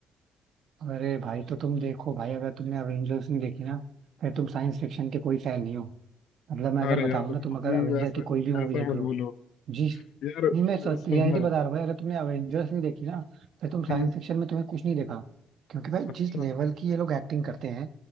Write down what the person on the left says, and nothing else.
अरे
यार
मैं
हूँ ऐसा
ऐसा
मत
बोलो
यार अ,
सब
में
हम्म
अच्छा